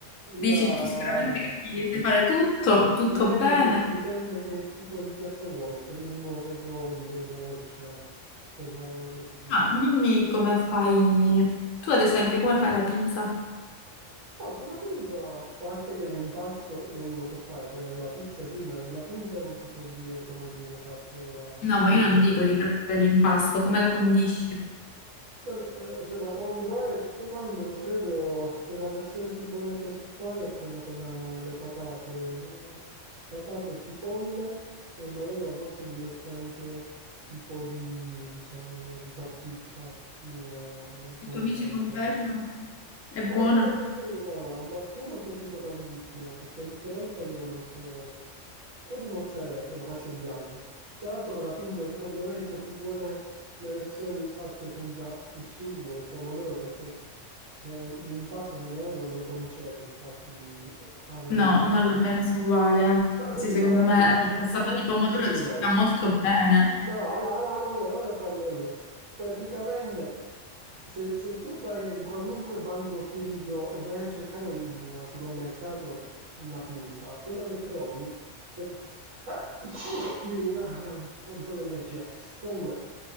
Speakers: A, on the right; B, on the left.
A: No,
B: dici tu sicuramente
A: no.
B: che ti sai fare tutto, tutto
A: Dipende
B: bene.
A: che, dipende che tipo di piatto vuoi, primo, secondo, dolce, cosa vorresti...
B: Ma dimmi come fai, tu ad esempio, come fai la pinza?
A: No, sulla pizza, a parte che l'impasto non lo so fare, quella della pizza sì, ma della pizza non ti so dire come viene fatto eh,
B: No,
A: anche...
B: ma io non dico di fare l'impasto, come la condisci?
A: Vabbè, eh, se la compro e tutto quanto, credo che la versione più buona che so fare è quella con la- le patate, patate, cipolle e magari a volte gli metto anche un po' di, diciamo, di salsiccia eh,
B: I
A: cruda,
B: tuoi amici
A: diciamo.
B: confermano? È buona?
A: No, io invece mi- no, no, a Martino è piaciuto tantissimo perché l'ultima volta gli ho messo un po' di mozzarella che la faccio bianca. Tra l'altro con la pinza, secondo me, sono più buone le versioni fatte senza il sugo, il pomodoro, perché so- l'impasto secondo me non lo concede il fatto di avere...
B: No,
A: una-
B: non lo penso uguale, anzi,
A: Ma se tu
B: secondo
A: guardi,
B: me
A: quando,
B: il passato
A: qua- quando-
B: di pomodoro
A: Scusami,
B: ci sta molto bene.
A: No, no, no, no, no, ora parlo io. Praticamente, se, se tu vai in qualunque banco frigo e vai a cercare in, al supermercato una pinza, quello che trovi, aspetta, Ah, <coughs> ah, <laughs> un po' di allergia. Comunque,